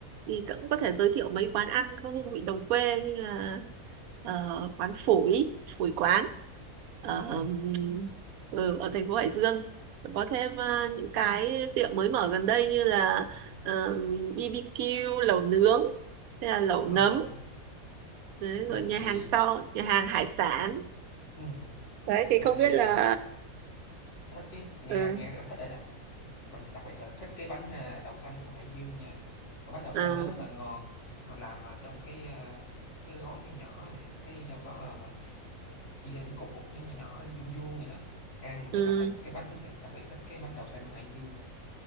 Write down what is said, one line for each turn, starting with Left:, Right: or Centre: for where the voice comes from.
Right: thì cậu cũng có thể giới thiệu mấy quán ăn có hương vị đồng quê như là ờ, quán phủi phủi quán ở
Left: ừ.
Right: ừm, ừ, ở thành phố Hải Dương có thêm ờ, những cái tiệm mới mở gần đây như là ờ, BBQ lẩu nướng hay là lẩu
Left: Ờ,
Right: nấm đấy,
Left: mình
Right: rồi nhà
Left: thì
Right: hàng sau nhà hàng hải sản
Left: ừ.
Right: đấy thì
Left: mình
Right: không
Left: thì
Right: biết là
Left: thích chứ, nghe
Right: ừ,
Left: nghe rất là thích rồi đó. mình đặc biệt là thích cái bánh à, đậu xanh của Hải Dương nha cái bánh đậu xanh
Right: à,
Left: nó rất là ngon làm à, trong cái à, cái gói nhỏ nhỏ nè cái trong đó là mà ờ, chia thành cục cục nhỏ nhỏ nhỏ, vuông vuông vậy đó ăn mình
Right: ừ.
Left: rất là thích cái bánh cái, đặc biệt thích cái bánh đậu xanh của Hải Dương